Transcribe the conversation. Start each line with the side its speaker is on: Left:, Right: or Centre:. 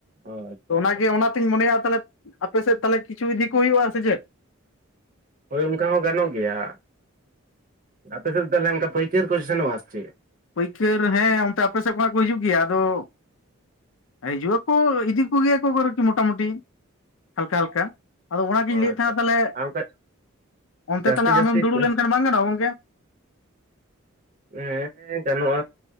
Right: ᱚ ᱟᱪᱪᱷᱟ
Left: ᱛᱚ
Right: ᱟᱪᱪᱷᱟ
Left: ᱚᱱᱟᱜᱮ ᱚᱱᱟ ᱛᱤᱧ ᱢᱚᱱᱮᱭᱟ ᱛᱟᱦᱚᱞᱮ ᱟᱯᱮ ᱥᱮᱫ ᱛᱟᱦᱚᱞᱮ ᱠᱤᱪᱷᱩ ᱤᱫᱤ ᱠᱚ ᱦᱩᱸᱭᱩᱜᱼᱟ ᱥᱮ ᱪᱮᱫ ᱾
Right: ᱦᱳᱭ ᱚᱱᱠᱟ ᱦᱚᱸ ᱜᱟᱱᱚᱜ ᱜᱮᱭᱟ ᱟᱯᱮ ᱥᱮᱫ ᱛᱟᱦᱚᱞᱮ ᱚᱱᱠᱟ ᱯᱟᱹᱭᱠᱟᱹᱨ ᱠᱚ ᱥᱮᱱᱚᱜ ᱼᱟ ᱪᱮᱫ ᱾
Left: ᱯᱟᱹᱭᱠᱟᱹᱨ ᱦᱮᱸ ᱚᱱᱛᱮ ᱟᱯᱮ ᱥᱮᱫ ᱠᱷᱚᱱᱟᱜ ᱠᱚ ᱦᱤᱡᱩᱜ ᱜᱮᱭᱟ ᱟᱫᱚ ᱾ ᱦᱤᱡᱩᱜ ᱟᱠᱚ ᱤᱫᱤ ᱠᱚᱜᱮᱭᱟ ᱠᱚᱠᱤ ᱢᱚᱴᱟ ᱢᱩᱴᱤ ᱦᱟᱞᱠᱟ ᱦᱟᱞᱠᱟ ᱾ ᱟᱫᱚ ᱚᱱᱟ ᱜᱤᱧ
Right: ᱚ
Left: ᱞᱟᱹᱭᱮᱫ
Right: ᱟᱪᱪᱷᱟ
Left: ᱛᱟᱦᱚᱞᱮ
Right: ᱟᱨ ᱚᱱᱠᱟ
Left: ᱚᱱᱛᱮ
Right: ᱡᱟᱹᱥᱛᱤ
Left: ᱛᱟᱦᱚᱞᱮ
Right: ᱡᱟᱹᱥᱛᱤ
Left: ᱟᱢᱮᱢ ᱫᱩᱲᱩᱵ
Right: ᱦᱮᱸ
Left: ᱞᱮᱱ ᱠᱷᱟᱱ ᱵᱟᱝ ᱜᱟᱱᱚᱜᱼᱟ ᱜᱚᱝᱠᱮ ᱾
Right: ᱦᱮᱸ ᱜᱟᱱᱚᱜᱼᱟ